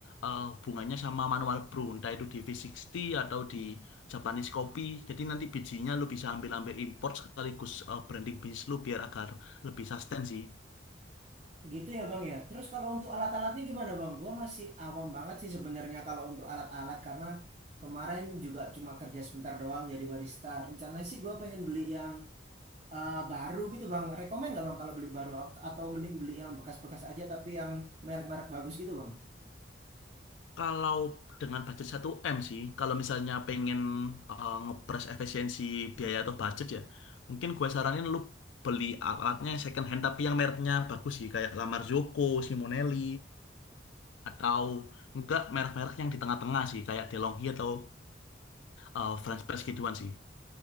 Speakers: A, on the left; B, on the right.
A: eh, hubungannya sama manual brew. Entah itu di V60 atau di Japanese Coffee. Jadi nanti bijinya lu bisa ambil-ambil import sekaligus eh, branding bisnis lu biar agar lebih sustain sih.
B: Gitu ya Bang ya. Terus kalau untuk alat-alatnya gimana Bang? Gua masih awam banget sih sebenarnya kalau untuk alat-alat karena kemarin juga cuma kerja sebentar doang jadi barista. Rencananya sih gua pengen beli yang eh, baru gitu Bang. Rekomen nggak Bang kalau beli baru At- atau mending beli yang bekas-bekas aja tapi yang merek-merek bagus gitu Bang?
A: Kalau dengan budget satu m sih, kalau misalnya pengen eh, ngepres efisiensi biaya atau budget ya, mungkin gue saranin lu beli alatnya yang second hand tapi yang mereknya bagus sih, kayak La Marzocco, Simonelli, atau enggak merek-merek yang di tengah-tengah sih, kayak DeLonghi atau eh, French Press gituan sih.